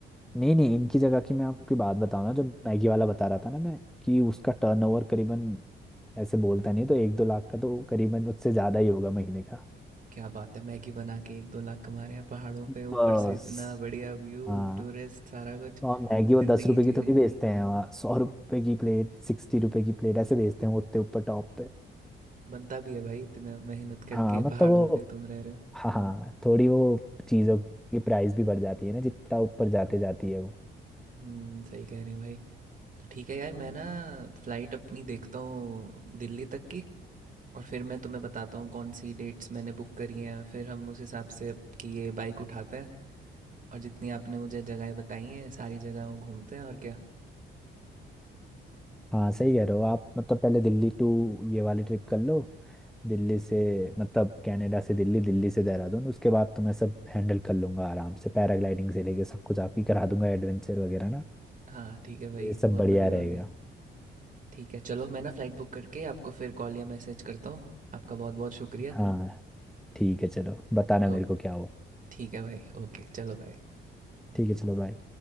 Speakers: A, in the centre; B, on the right.
A: नहीं नहीं इनकी जगह की मैं आपकी बात बताऊं ना जो मैगी वाला बता रहा था ना मैं कि उसका टर्नओवर करीबन ऐसे बोलता नहीं तो एक दो लाख का तो करीबन उससे ज्यादा ही होगा महीने का
B: क्या बात है मैगी बना के एक दो लाख कमा रहे हैं पहाड़ों पे ऊपर
A: बस
B: से इतना बढ़िया व्यू
A: हाँ
B: टूरिस्ट सारा कुछ
A: और मैगी वो
B: जिंदगी
A: दस रुपए
B: जी
A: की थोड़ी
B: रहे हैं
A: बेचते हैं वहाँ सौ रुपए की प्लेट सिक्सटी रुपए की प्लेट ऐसे बेचते हैं वो उतने ऊपर टॉप पे
B: बनता भी है भाई इतना मेहनत करके
A: हाँ मतलब
B: पहाड़ों
A: वो
B: पे तुम रह रहे हो
A: हाँ हाँ थोड़ी वो चीज़ों की प्राइस भी बढ़ जाती है ना जितना ऊपर जाते जाती है वो
B: हम्म सही कह रहे हैं भाई तो ठीक है यार मैं ना फ्लाइट अपनी देखता हूँ दिल्ली तक की और फिर मैं तुम्हें बताता हूँ कौन सी डेट्स मैंने बुक करी हैं फिर हम उस हिसाब से आपकी ये बाइक उठाते हैं और जितनी आपने मुझे जगहें बताई हैं सारी जगहों घूमते हैं और क्या
A: हाँ सही कह रहे हो आप मतलब पहले दिल्ली टू ये वाली ट्रिप कर लो दिल्ली से मतलब कनाडा से दिल्ली दिल्ली से देहरादून उसके बाद तो मैं सब हैंडल कर लूंगा आराम से पैराग्लाइडिंग से लेके सब कुछ आप ही करा दूंगा एडवेंचर वगैरह ना
B: हाँ ठीक है भाई
A: ये सब
B: बहुत
A: बढ़िया
B: बढ़िया
A: रहेगा
B: हो गया ठीक है चलो मैं ना फ़्लाइट बुक करके आपको फिर कॉल या मैसेज करता हूँ आपका बहुत बहुत शुक्रिया
A: हाँ ठीक है चलो बताना
B: ओ
A: मेरे को क्या हुआ
B: ठीक है भाई ओके चलो बाय
A: ठीक है चलो बाय